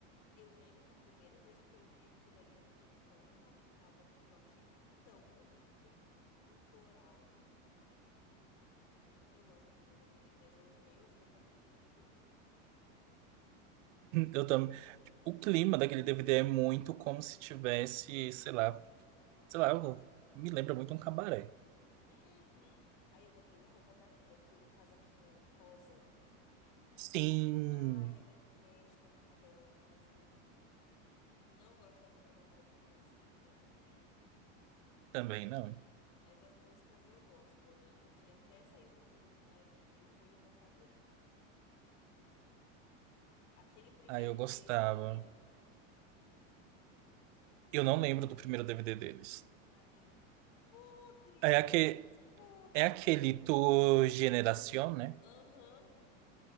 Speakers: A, on the left; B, on the right.
A: Eu lembro que a primeira vez que eu vi aquilo ali, eu fiquei tão impactada, porque eu achei tão bonito o coral. Eu gosto daquele DVD, mas eu odeio as roupas daquele DVD.
B: Eu também. O clima daquele DVD é muito como se tivesse, sei lá, sei lá, eu- me lembra muito um cabaré.
A: Uhum. Aí eu odeio a roupa da Mia, aquele casaquinho rosa.
B: Sim,
A: Com... Ai, eu detesto a roupa dela nesse DVD. Não gosto da roupa da Maitê nesse DVD também.
B: também
A: Ah,
B: não.
A: mas as músicas eu gosto. Eu lembro que até saiu o o Live in Rio foi o meu favorito. Aquele primeiro
B: Aí eu gostava.
A: deles, podre.
B: Eu não lembro do primeiro DVD deles.
A: Amigo podre,
B: É aquele,
A: podre,
B: é aquele
A: podre.
B: Tu Generación, né?
A: Aham,